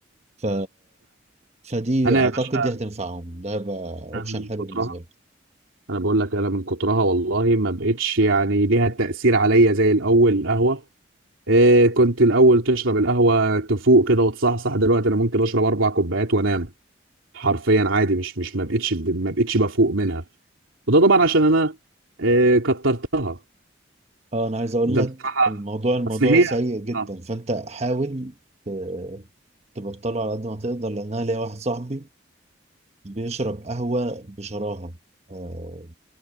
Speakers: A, on the right; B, on the right.
A: ف فدي
B: فانا
A: اعتقد
B: يا باشا
A: دي هتنفعهم ده هيبقى اوبشن
B: أنا من
A: حلو
B: كترها
A: بالنسبة لك
B: انا بقول لك انا من كترها والله ما بقتش يعني ليها تأثير عليا زي الاول القهوة إيه كنت الاول تشرب القهوة تفوق كده وتصحصح دلوقتي انا ممكن اشرب اربع كوبايات وانام حرفيا عادي مش مش ما بقتش ما بقتش بفوق منها وده طبعا عشان انا إيه كترتها
A: اه انا عايز اقول
B: ده
A: لك
B: بصراحة
A: الموضوع الموضوع
B: اصل هي
A: سيء جدا
B: آه،
A: فانت حاول ت- تبطله على قد ما تقدر لان انا ليا واحد صاحبي بيشرب قهوة بشراهة آه